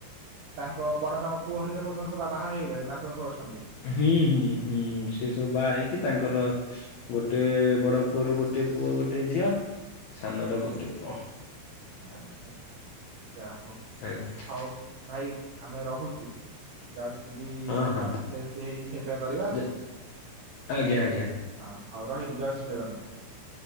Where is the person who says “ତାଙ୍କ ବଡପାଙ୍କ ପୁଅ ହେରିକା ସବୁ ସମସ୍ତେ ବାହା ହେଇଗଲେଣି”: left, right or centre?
Right